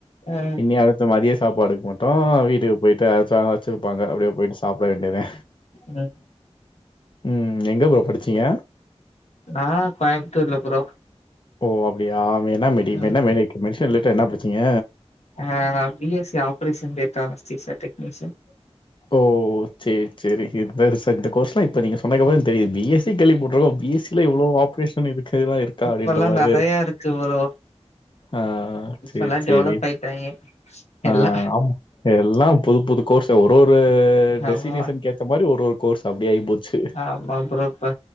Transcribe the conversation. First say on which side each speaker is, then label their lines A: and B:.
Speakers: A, on the left; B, on the left.
A: ஆ
B: இனி அடுத் தத்து மதிய சாப்பாடுக்கு மட்டும் வீட்டுக்கு போய்ட்டு அச்சாங்க வச்சிருப்பாங்க அப்டே போய்ட்டு சாப்பிட வேண்டியதா
A: ம்
B: ம் எங்க ப்ரோ படிச்சீங்க
A: நா கோயம்புத்தூர்ல ப்ரோ
B: ஓ அப்டியா என்ன மெடிக்
A: ம்
B: என்ன மேடியேட் மெடிஷன் ரிலேட்டா என்ன படிச்சீங்க
A: ஆ நா B S C operation data anaesthetics அ டெக்னிஷன்
B: ஓ சேரி சேரி இந்த ரிசேக் இந்த கோர்ஸ்லா இப்ப நீங்க சொன்னதுகப்பரம் தா தெரி பி ‌எஸ் சி கேள்விப்பட்டுருக்கோம் பி எஸ் இல்ல இவ்ளோ ஆப்ரேஷன் இதுக்காக தா இருக்கா
A: இப்பல்லா
B: அப்டின்ற மாரிதான்
A: நெறையா
B: இருக்கு
A: ப்ரோ
B: ஆ
A: இப்பல்லா
B: சேரி
A: டெவலப்
B: சேரி
A: ஆயிட்டாங்க
B: ஆ
A: எல்லா
B: ஆமா எல்லா புது புது கோர்ஸ்சு ஒரு ஒரு டெசினேஷன்னுக்கு
A: ஆமா
B: ஏத்த மாரி ஒரு ஒரு கோர்ஸ் அப்டி ஆய் போச்சு
A: ஆமா ப்ரோ இப்ப